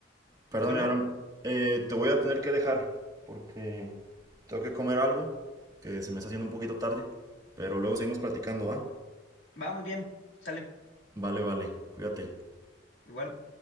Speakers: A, on the right; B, on the left.
A: perdón,
B: bueno,
A: Abraham. eh, te voy a tener que dejar. Porque tengo que comer algo. Que se me está haciendo un poquito tarde. Pero luego seguimos platicando, ¿va?
B: va muy bien, sale
A: Vale, vale. Cuídate.
B: igual.